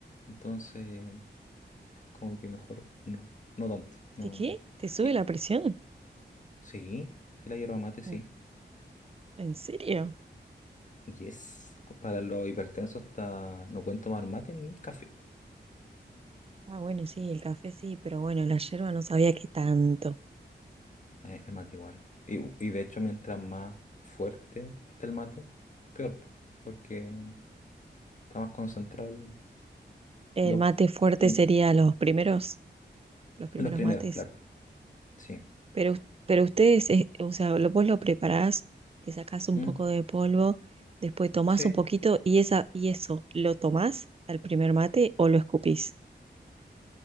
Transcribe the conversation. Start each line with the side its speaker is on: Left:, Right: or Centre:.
Left: Entonces, es como que mejor no, no tanto, no.
Right: ¿De qué? ¿Te sube
Left: Y
Right: la presión?
Left: sí, sí la hierba mate, sí.
Right: Mm, ¿En serio?
Left: Y es, para los hipertensos está, no pueden tomar mate ni café,
Right: Ah, bueno, sí, el café sí, pero bueno, la yerba no sabía que tanto.
Left: eh, el mate igual. Y, y de hecho mientras más fuerte está el mate, peor, po, porque está más concentrado.
Right: El
Left: Los,
Right: mate fuerte
Left: quimi-
Right: sería los primeros, los primeros
Left: los primeros,
Right: mates.
Left: claro. Sí.
Right: Pero, us- pero ustedes, eh, o sea, lo- vos lo preparás, le sacás un
Left: Mm,
Right: poco de polvo, después tomás
Left: Sí.
Right: un poquito y, esa, y eso, ¿lo tomás al primer mate o lo escupís?